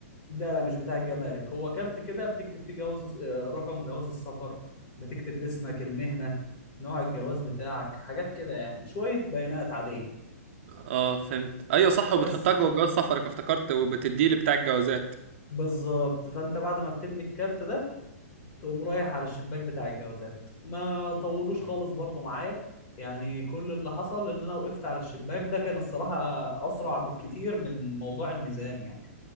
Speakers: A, on the left; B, on the right.
A: لا لا مش بتاع الجمارك هو كارت كده بتكتب فيه جواز آه، رقم جواز السفر بتكتب اسمك المهنة نوع الجواز بتاعك حاجات كده يعني شوية بيانات عادية
B: اه فهمت ايوه صح
A: بس
B: وبتحطها جوه جواز سفرك افتكرت وبتديه لبتاع الجوازات
A: بالظبط فانت بعد ما بتبني الكارت ده تقوم رايح على الشباك بتاع الجوازات ما طولوش خالص برضو معايا يعني كل اللي حصل ان انا وقفت على الشباك ده كان الصراحة اسرع كتير من موضوع الميزان يعني